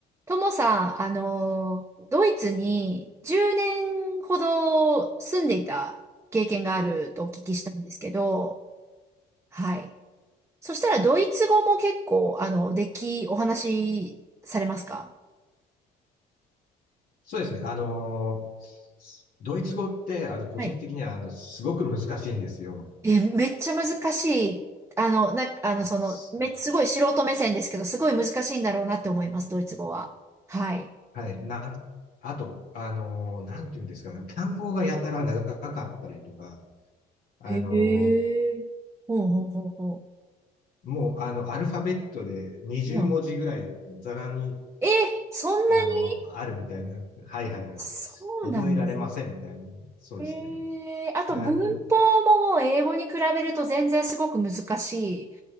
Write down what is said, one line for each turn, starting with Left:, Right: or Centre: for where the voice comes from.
Right: ともさん、あの、ドイツに10年ほど住んでいた経験があるとお聞きしたんですけど、はい。そしたらドイツ語も結構、あの、でき、お話しされますか
Left: そうですね。あのードイツ語って、あの、個人的には、
Right: はい。
Left: あの、すごく難しいんですよ。
Right: え、めっちゃ難しい。あの、な、あの、その、
Left: す
Right: め、すごい素人目線ですけど、すごい難しいんだろうなって思います、ドイツ語は。はい。
Left: はい。な、あと、あのーなんていうんですかね。単語がやたら長かったりとか、あのー
Right: へえ。ほうほうほうほ
Left: もう、あの、アルファベットで20文字ぐらいのざらに、
Right: う。うん。え、そんなに
Left: あの、あるみたいな。はいはいはい。
Right: そうなんですね。
Left: 覚えられませんみたいな。そうですね。
Right: ええあと文法ももう英語に比べると全然すごく難しい
Left: なん、